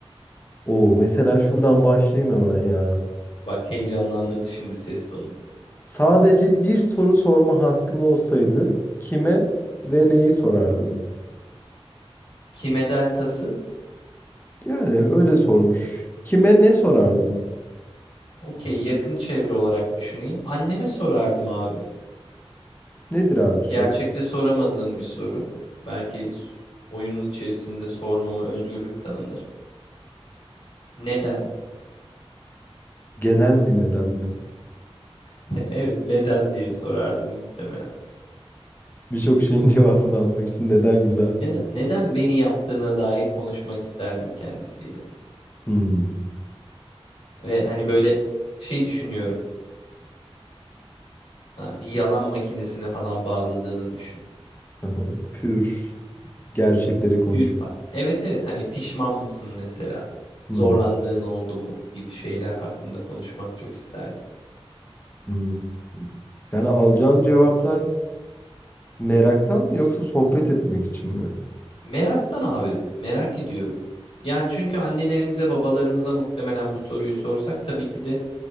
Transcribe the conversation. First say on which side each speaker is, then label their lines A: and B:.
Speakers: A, on the left; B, on the left.
A: Oo mesela şuradan başlayayım hemen ya.
B: Bak heyecanlandırdı şimdi ses tonu.
A: Sadece bir soru sorma hakkın olsaydı kime ve neyi sorardın?
B: Kimeden kasıt?
A: Yani öyle sormuş. Kime ne sorardın?
B: Okey yakın çevre olarak düşüneyim. Anneme sorardım abi.
A: Nedir abi soru?
B: gerçekte soramadığım bir soru. Belki s- oyunun içerisinde sormama özgürlük tanınır. Neden?
A: Genel bir neden mi?
B: <laughs> Evet, neden diye sorardım muhtemelen.
A: Birçok şeyin <laughs> cevabını almak için neden güzel
B: Neden,
A: bir soru.
B: neden beni yaptığına dair konuşmak isterdim kendisiyle.
A: Hmm.
B: Ve hani böyle şey düşünüyorum. ha, Bir yalan makinesine falan bağladığını düşün.
A: <laughs> Pür gerçekleri konuş.
B: Tüyür Evet evet hani pişman mısın mesela?
A: Hmm.
B: Zorlandığın oldu mu? Gibi şeyler hakkında konuşmak çok isterdim.
A: Hmm. Yani alacağın cevaplar Meraktan mı yoksa sohbet etmek için mi?
B: Meraktan abi, merak ediyorum. Yani çünkü annelerimize, babalarımıza muhtemelen bu soruyu sorsak tabii ki de